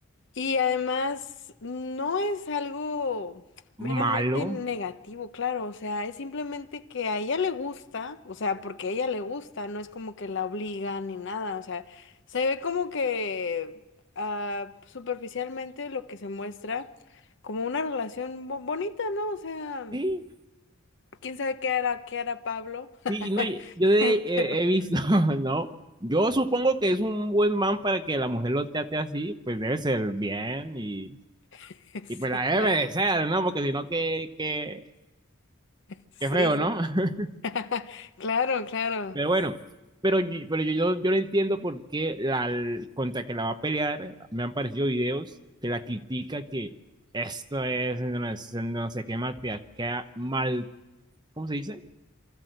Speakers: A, on the left (about 60°); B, on the right (about 20°).
A: Y además, no es algo meramente
B: malo.
A: negativo, claro, o sea, es simplemente que a ella le gusta, o sea, porque a ella le gusta, no es como que la obligan ni nada, o sea, se ve como que ah, superficialmente lo que se muestra como una relación bo- bonita, ¿no? O sea,
B: Sí,
A: quién sabe qué hará, qué hará Pablo, <laughs>
B: sí, no, y- yo de- eh,
A: pero
B: he visto, <laughs> ¿no? Yo supongo que es un buen man para que la mujer lo trate así, pues debe ser bien y,
A: <laughs> sí,
B: y pues la debe
A: claro,
B: merecer, ¿no? Porque si no, qué, qué,
A: sí,
B: qué feo,
A: sí,
B: ¿no? <laughs>
A: <laughs> claro, claro,
B: Pero bueno, pero, yo- pero yo, yo, yo no entiendo por qué la, contra que la va a pelear, me han parecido videos que la critica que esto es no, sé- no sé qué malteaca, mal, ¿cómo se dice?